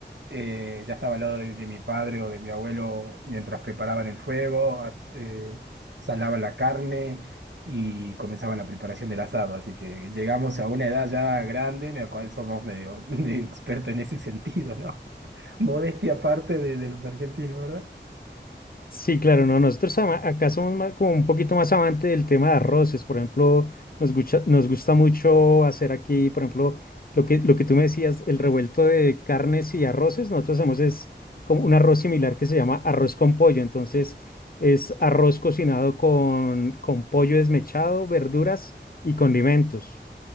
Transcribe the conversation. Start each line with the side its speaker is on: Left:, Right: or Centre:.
Right: eh, ya estaba al lado de, de mi padre o de mi abuelo mientras preparaban el fuego, as- eh, salaban la carne y comenzaban la preparación del asado. Así que llegamos a una edad ya grande en la cual somos medio, <laughs> medio expertos en ese sentido, ¿no? Modestia aparte de, de los argentinos, ¿verdad?
Left: Sí, claro, no, nosotros ama- acá somos más- como un poquito más amante del tema de arroces, por ejemplo, nos gusta, nos gusta mucho hacer aquí, por ejemplo, lo que, lo que tú me decías, el revuelto de carnes y arroces, nosotros hacemos es como un arroz similar que se llama arroz con pollo, entonces es arroz cocinado con, con pollo desmechado, verduras y condimentos.